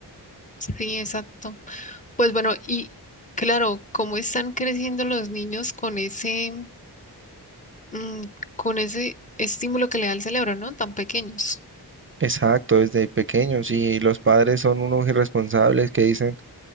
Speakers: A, on the left; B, on the right.
A: Sí, exacto. Pues bueno, y claro, cómo están creciendo los niños con ese, mm, con ese estímulo que le da el cerebro, ¿no? Tan pequeños.
B: Exacto, desde pequeños y los padres son unos irresponsables que dicen,